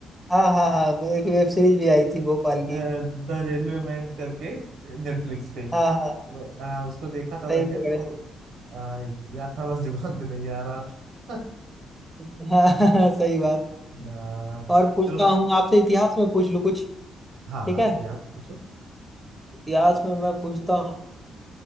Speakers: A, in the centre; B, on the right (about 75°).
A: हाँ हाँ हाँ एक वेब सीरीज भी आई थी भोपाल की
B: द रेलवे मैन करके नेटफ्लिक्स पे
A: हाँ हाँ
B: वो, अ, उसको देखा था
A: सही
B: मैंने
A: पकड़े
B: तो अ, याद था बस जुबान पे नहीं आ रहा था
A: हाँ <laughs> हाँ सही बात
B: अ,
A: और पूछता
B: चलो
A: हूँ आपसे इतिहास में पूछ लूँ कुछ
B: हाँ
A: ठीक है
B: याद पूछो
A: इतिहास में मैं पूछता